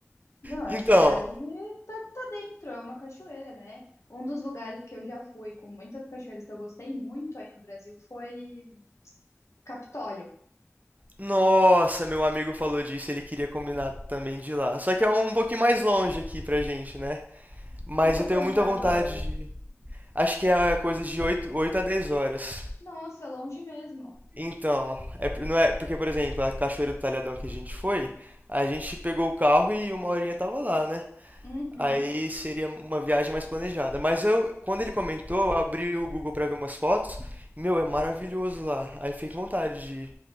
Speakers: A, on the left; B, on the right.
A: Não, essa
B: Então,
A: daí tá, tá dentro, é uma cachoeira, né? Um dos lugares que eu já fui, com muitas cachoeiras que eu gostei muito aí no Brasil, foi Capitólio.
B: nossa, meu amigo falou disso, ele queria combinar também de ir lá. Só que é um pouquinho mais longe aqui pra gente, né? Mas
A: Fica
B: eu tenho
A: quantas
B: muita vontade
A: horas?
B: de Acho que é é coisa de 8, 8 a 10 horas.
A: Nossa, é longe mesmo.
B: Então, é, por- não é, porque, por exemplo, a Cachoeira do Talhadão que a gente foi, a gente pegou o carro e uma horinha tava lá, né?
A: Uhum.
B: Aí seria uma viagem mais planejada. Mas eu, quando ele comentou, eu abri o Google pra ver umas fotos. Meu, é maravilhoso lá. Aí fiquei com vontade de ir.